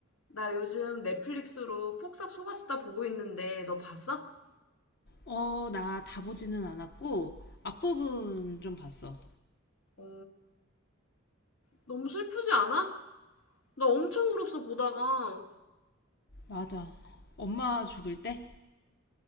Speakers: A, on the left; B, on the left.
A: 나 요즘 넷플릭스로 폭삭 속았수다 보고 있는데 너 봤어?
B: 어, 나 다 보지는 않았고, 앞부분 좀 봤어.
A: 어, 너무 슬프지 않아? 나 엄청 울었어 보다가.
B: 맞아. 엄마 죽을 때?